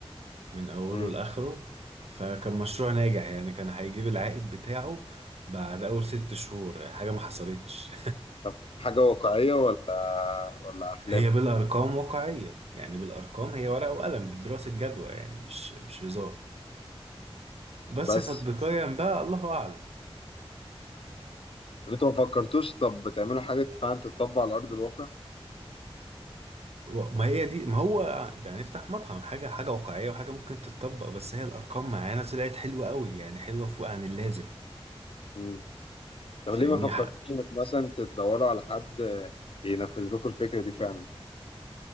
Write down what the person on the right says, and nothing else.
من أوله
لآخره فكان مشروع ناجح يعني كان هيجيب العائد بتاعه بعد أول ست شهور حاجة ما حصلتش
<laughs>
هي بالأرقام واقعية يعني بالأرقام هي ورقة وقلم دي دراسة جدوى يعني مش مش هزار بس
تطبيقيا بقى الله أعلم
و- ما هي دي ما هو يعني افتح مطعم حاجة حاجة واقعية وحاجة ممكن تتطبق بس هي الأرقام معانا طلعت حلوة قوي يعني حلوة فوق عن اللازم
فاهمني